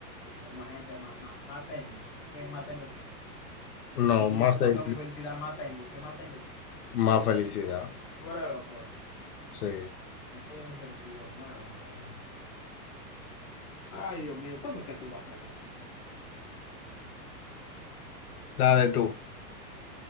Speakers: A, on the left (about 20°); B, on the left (about 65°).
A: con más gente, más, más, más tengo. ¿Qué más tengo qué?
B: No,
A: Y si
B: más,
A: yo comparto
B: fe-
A: mi felicidad, más tengo. ¿Qué más tengo
B: más felicidad.
A: Fuera loco, eh.
B: Sí.
A: No tiene ni sentido, nada, nada, nada. Ay, Dios mío, ¿cuándo es que tú vas a aprender a hacer chiste?
B: Dale tú.